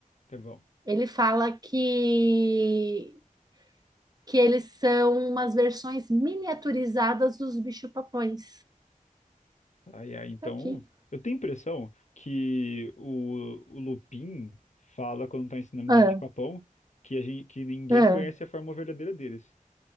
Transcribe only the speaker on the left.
Tá bom.
Ai, ai, então,
eu tenho a impressão que o, o Lupin fala quando tá ensinando
de bicho-papão que, a gente, que ninguém
conhece a forma verdadeira deles.